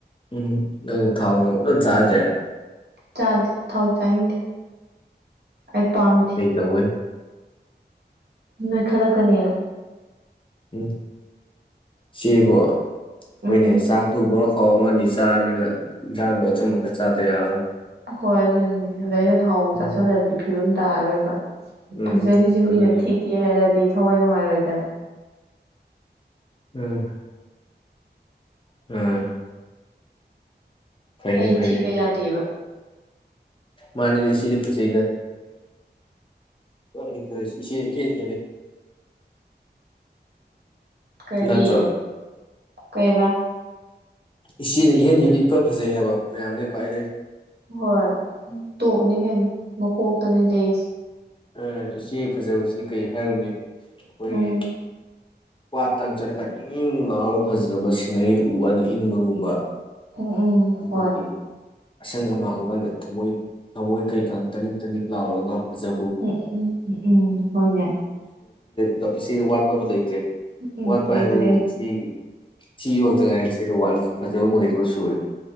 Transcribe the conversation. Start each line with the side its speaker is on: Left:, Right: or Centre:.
Left: ꯎꯝ ꯑꯗꯨ ꯊꯥꯎꯅꯨꯡ ꯀꯩꯝ ꯆꯥ꯭ꯔꯦ
Right: ꯆꯥꯗꯦ ꯊꯥꯎ ꯆꯥꯏꯅꯤꯡꯗꯦ ꯑꯩ ꯄꯝꯗꯦ
Left: ꯀꯩ ꯇꯧꯕꯩ
Right: ꯅꯣꯏ ꯈꯂꯛ ꯀꯅꯤꯅ
Left: ꯎꯝ ꯁꯤꯕꯨ ꯍꯣꯏꯅꯦ
Right: ꯎꯝ
Left: ꯆꯥꯛꯇꯨ ꯕꯣꯔꯣꯛ ꯃꯣꯔꯣꯛ ꯑꯃ ꯑꯅꯤ ꯆꯥꯔꯃꯤꯅ ꯏꯟꯁꯥꯡꯗꯣ ꯑꯊꯨꯝꯕ ꯈꯔ ꯆꯥꯗ ꯌꯥꯔꯣꯏ
Right: ꯍꯣꯏ ꯑꯗꯨꯅꯦ ꯑꯗ ꯑꯩꯅ ꯊꯥꯎ
Left: ꯎꯝ
Right: ꯆꯥꯁꯤꯜꯂꯛ ꯑꯥꯗꯤ ꯐꯤꯕꯝ ꯇꯥꯔꯣꯏꯕ
Left: ꯎꯝ
Right: ꯐꯖꯔꯤꯁꯦ
Left: ꯑꯗꯨꯅꯤ
Right: ꯃꯤꯅ ꯊꯤ ꯊꯤ ꯍꯥꯏꯔꯗꯤ ꯊꯋꯥꯏ ꯅꯨꯡꯉꯥꯏꯔꯣꯏꯗꯅ
Left: ꯎꯝ ꯎꯝ ꯐꯩꯅꯦ
Right: ꯑꯩ
Left: ꯐꯩꯅꯦ
Right: ꯊꯤꯕ ꯌꯥꯗꯦꯕ
Left: ꯃꯥꯅꯤꯗ ꯏꯆꯦꯗꯤ ꯐꯖꯩꯗ ꯍꯣꯏ ꯏꯆꯦꯅꯥ ꯍꯦꯜꯂꯤ
Right: ꯀꯔꯤ
Left: ꯅꯠꯇ꯭ꯔꯣ
Right: ꯀꯩꯕꯥ
Left: ꯏꯆꯦꯅ ꯏꯍꯦꯟ ꯍꯦꯜꯂꯤ ꯏꯐ ꯐꯖꯩ ꯍꯥꯏꯕ ꯃꯌꯥꯝꯗꯩ ꯈ꯭ꯋꯥꯏꯗꯩ
Right: ꯍꯣꯏ ꯇꯣꯞꯅꯤ ꯀꯩꯅꯣ ꯃꯀꯣꯛꯇꯅꯤ ꯂꯩꯁꯦ
Left: ꯑ ꯏꯆꯦ ꯐꯖꯕꯁꯤꯗꯤ ꯀꯩ ꯍꯥꯏꯔꯨꯅꯤ ꯑꯩꯈꯣꯏꯒꯤ
Right: ꯎꯝ
Left: ꯄꯥꯠꯇꯪ ꯆꯠꯂꯀꯥꯟ ꯏꯪ ꯏꯪ ꯂꯥꯎꯔꯒ ꯐꯖꯕ ꯁꯤꯅꯔꯤꯗꯨ ꯎꯕꯀꯥꯟꯗꯥ ꯏꯪꯕꯒꯨꯝꯕ
Right: ꯍꯣꯏ
Left: ꯑꯗꯒꯤ ꯑꯁꯪ ꯑꯃ ꯑꯀꯥꯟꯗ ꯊꯃꯣꯏ ꯊꯃꯣꯏ ꯀꯩꯀꯥꯡ ꯇꯅꯤꯛ ꯇꯅꯤꯛ ꯂꯥꯎꯔꯒ ꯐꯖ
Right: ꯎ ꯎ ꯎꯝ ꯎ ꯎꯝ ꯍꯣꯏꯅꯦ
Left: ꯕꯥ ꯏꯁꯤꯡꯅꯥ ꯋꯥꯠꯄꯕꯨ ꯂꯩ ꯆꯦꯛ
Right: ꯎꯝ
Left: ꯋꯥꯠꯄ
Right: ꯂꯩꯇ꯭ꯔꯦ
Left: ꯍꯥꯏꯕꯕꯨ ꯁꯤꯒꯤ ꯁꯤ ꯉꯛꯇ ꯉꯥꯏ ꯁꯤꯗ ꯋꯥꯠꯂꯤꯁꯤ ꯐꯖꯕ ꯃꯈꯩꯗꯨ ꯁꯨꯔꯦ